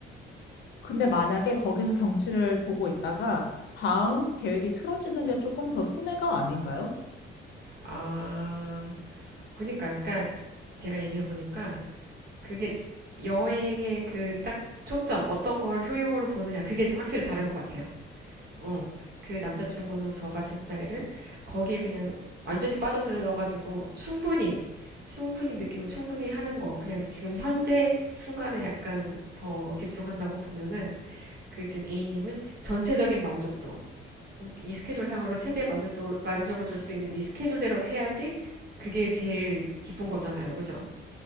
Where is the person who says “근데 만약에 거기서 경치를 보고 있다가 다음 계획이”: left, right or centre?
Left